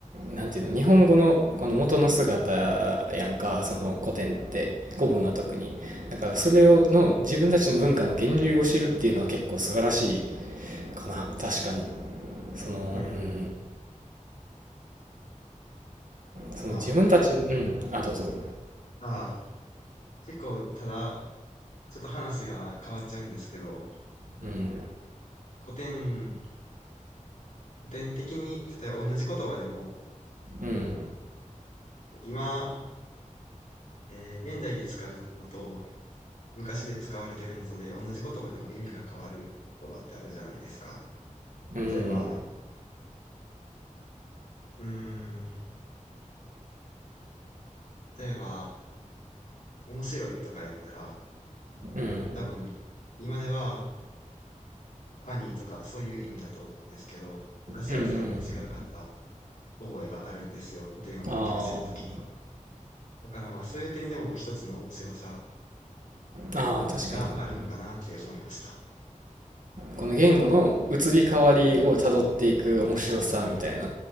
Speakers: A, on the right; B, on the left.
A: なんていうの日本語のこの元の姿やんかその古典って古文は特にだからそれをの自分たちの文化の源流を知るっていうのは結構素晴らしい
B: うん。
A: かな確かにその,、
B: うん。
A: うん、その自分たちうんあどうぞ
B: まあ、ああ、結構、ただ、ちょっと話が変わっちゃうんですけど、
A: うん
B: 古典、古典的に、例えば同じ言葉でも、
A: うん
B: 今、えー現代で使うのと、昔で使われてるのとで、同じ言葉でも意味が変わる言葉ってあるじゃないですか。
A: うん
B: 例えば、うーん、例えば、面白いとか言ったら、
A: うん
B: 多分、今では、ファニーとか、そういう意味だと思うんですけど、昔は多分違うかった
A: うんうん
B: 覚えがあるんですよ。古典を勉強してた時に。
A: あー
B: だからまあそういう点でも一つの面白さ
A: あー確かに
B: があるのかなって思いました。
A: この言語の移り変わりをたどっていく面白さみたいな、